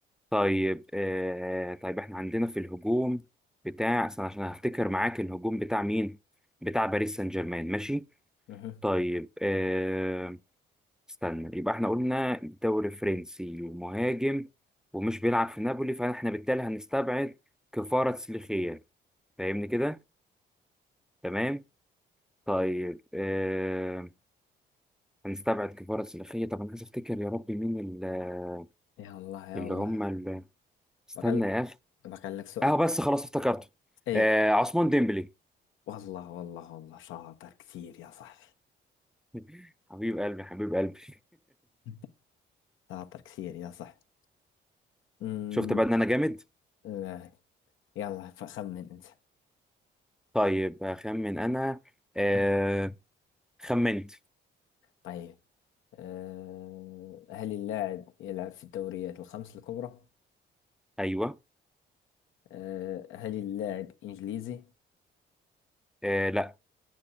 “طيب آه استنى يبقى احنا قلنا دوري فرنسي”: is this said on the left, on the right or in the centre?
Centre